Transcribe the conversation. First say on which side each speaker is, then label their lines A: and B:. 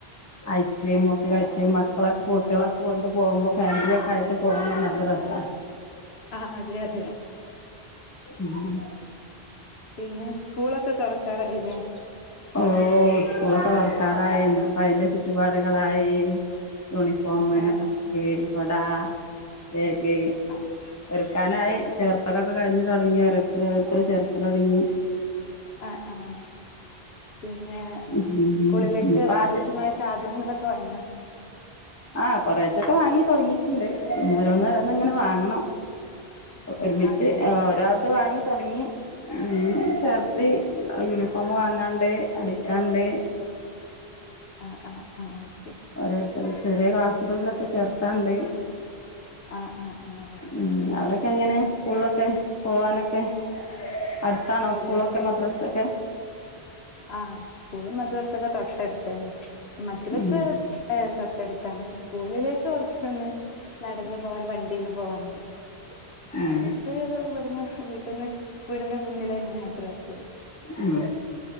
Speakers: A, on the left; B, on the left.
A: ഐസ്ക്രീമും ഒക്കെ കഴിച്ച് മക്കളൊക്കെ കുട്ടികളൊക്കെ കൊണ്ട് പോകുമ്പോ ഫാമിലിയൊക്കെ ആയിട്ട് ട്ട് പോകുമ്പോ നല്ല രസാ
B: ആഹ് അതെ അതെ
A: ഉം
B: പിന്നെ സ്കൂളൊക്കെ തൊറക്കാറായില്ലേ
A: ഓഹ് സ്കൂളൊക്ക തൊറ‌ ക്കാറായി ഇനിപ്പ അയിന്റെ ചുറ്റുപാടുകളായി യൂണിഫോമ്
B: ആഹ്
A: ബുക്ക്
B: ആഹ്
A: കൊടാ ബാഗ്
B: ആഹ്
A: ഒരുക്കാനായി ചേർത് ത്തലൊക്കെ കഴിഞ് തൊടങ്ങി ഓരോരുത്തരെ ഓരോരുത്തരെ ചേർക്കല് തോടങ്ങി
B: ആഹ് ആഹ് പിന്നെ
A: ഇനിയിപ്പം
B: സ്കൂളിലേക്ക്
A: ആ
B: ആവശ്യമായ സാധനങ്ങളൊക്കെ വാങ്ങിയാ
A: ആഹ് കൊറേശൊക്കെ വാങ്ങി തുടങ്ങിട്ടുണ്ട് ഇനി ഓരോന്നോരോന്ന് ന്നിങ്ങനെ
B: ആഹ്
A: വാങ്ങണം
B: ആഹ്
A: ഒരുമിച്ച്
B: ആഹ്
A: ഏഹ് ഒരാൾത് വാങ്ങി തൊടങ്ങി ഉം ചേർത്തി യൂണിഫോമ് വാങ്ങാണ്ട് അടിക്കാണ്ട്
B: ആഹ് ആഹ് ആഹ് ഓക്കെ
A: ഓരോരുത്തര ചെറിയ ക്ലാസുകളിലൊക്കെ ചേർത്താണ്ട്
B: ആഹ് ആഹ് ആഹ് ഓക്കെ
A: ഉം
B: ഓക്കെ
A: അവിടെക്കെങ്ങനെ സ്കൂളിലൊക്കെ പോവാനൊക്കെ അടുത്താണോ
B: ഇവിടെ
A: സ്കൂളൊക്കെ മദ്രസൊക്കെ
B: ആഹ് സ്കൂളും മദ്രസൊക്കെ തൊട്ടടുത്തു തന്നെ മദ്രസ്
A: ഉം
B: ഏഹ് തൊട്ടടുത്താണ് സ്കൂളിലേക്ക് കൊറച്ചൊന്ന് നടന്ന് പോവാൻ വണ്ടില് പോവാന്ണ്ട് മദ്രസ്
A: ഉം
B: ഇവിട്ന്ന് വീട്ടിന്ന് വീടിന്റെ മുന്നിലന്നാ മദ്രസ്
A: ഉം